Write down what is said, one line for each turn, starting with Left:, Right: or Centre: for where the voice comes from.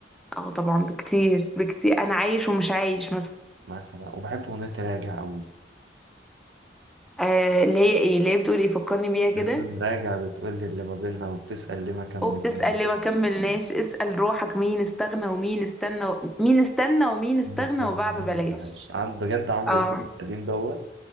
Centre: اه طبعا بكتير بكتير انا عايش ومش عايش مثلا
Right: مثلا وبحب اغنيه راجع قوي
Centre: آه اللي هي ايه اللي هي بتقول ايه فكرني بيها كده
Right: هتقوم راجع بتقول لي اللي ما بيننا وبتسأل ليه ما كملنا
Centre: وبتسأل ليه ما كملناش اسأل روحك مين استغنى ومين استنى و... مين استنى ومين استغنى
Right: ليه ما اشتغلنا
Centre: وباع ببلاش
Right: ده ما عملناش؟ عن بجد عمرو
Centre: اه
Right: دياب القديم دوت